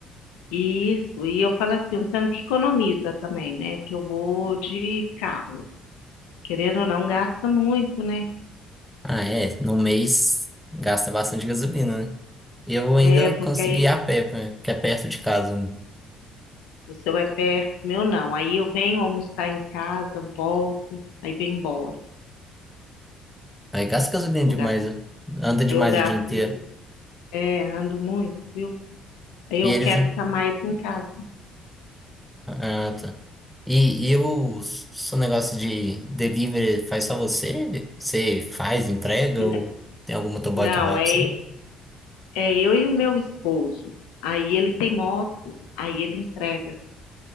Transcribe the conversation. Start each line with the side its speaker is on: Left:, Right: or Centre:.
Left: isso. E eu falo assim, um tanto que economiza também, né? Que eu vou de carro. Querendo ou não, gasta muito, né?
Centre: Ah, é. No mês gasta bastante gasolina, né? E eu ainda
Left: É, porque
Centre: consegui
Left: aí
Centre: ir a pé, pra- que é perto de casa. um.
Left: o seu é perto, o meu não. Aí eu venho almoçar em casa, volto, aí venho embora.
Centre: Aí gasta gasolina
Left: Eu
Centre: demais,
Left: gasto,
Centre: né? anda demais
Left: eu gasto
Centre: o dia inteiro.
Left: muito, é, ando muito, viu? Aí
Centre: E
Left: eu
Centre: eles.
Left: quero ficar mais em casa.
Centre: Ah, tá. E, e o seu negócio de delivery faz só você? Você faz, entrega
Left: N-
Centre: ou tem algum motoboy
Left: Não,
Centre: que vai
Left: é,
Centre: pra você?
Left: É eu e o meu esposo. Aí ele tem moto, aí ele entrega.